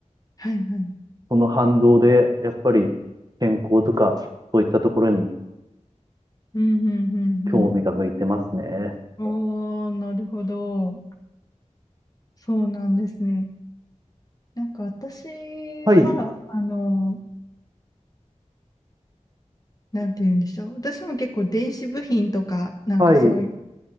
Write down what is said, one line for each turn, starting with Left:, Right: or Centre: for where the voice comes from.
Left: はいはい。
Right: その反動でやっぱり健康とかそういったところに
Left: うんうん
Right: 興味が向いてますね。
Left: うんうん。おー、なるほど。そうなんですね。なんか私
Right: はい、
Left: は、あの、なんて言うんでしょう。私も結構電子部品とか、なんかそういう、
Right: はい、